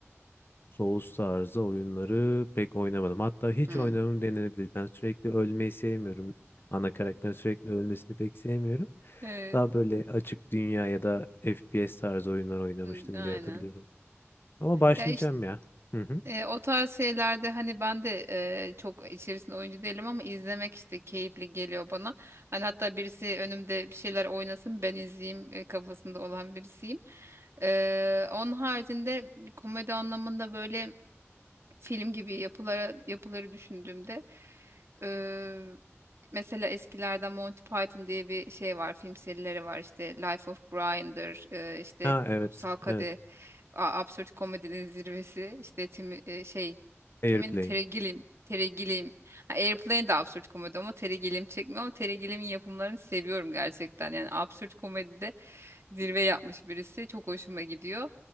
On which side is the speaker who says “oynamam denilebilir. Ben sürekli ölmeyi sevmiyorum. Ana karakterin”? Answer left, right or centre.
Left